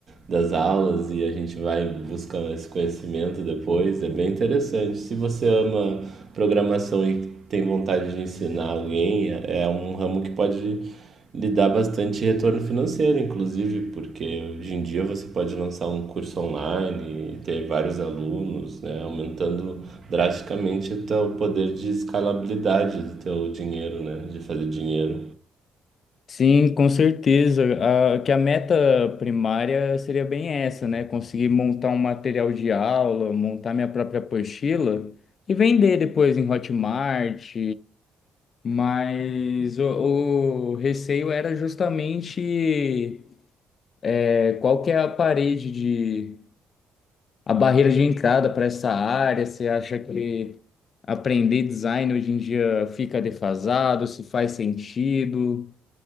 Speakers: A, on the right; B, on the left.
A: das aulas e a gente vai buscar esse conhecimento depois. É bem interessante. Se você ama programação e tem vontade de ensinar alguém, é um ramo que pode lhe dar bastante retorno financeiro, inclusive, porque hoje em dia você pode lançar um curso online e ter vários alunos, né, aumentando drasticamente o teu poder de escalabilidade do teu dinheiro, né, de fazer dinheiro.
B: Sim, com certeza. A, que a meta primária seria bem essa, né? Conseguir montar um material de aula, montar minha própria apostila e vender depois em Hotmart. Mas o, o receio era justamente é, qual que é a parede de, a barreira de entrada para essa área. Você acha que aprender design hoje em dia fica defasado? Se faz sentido?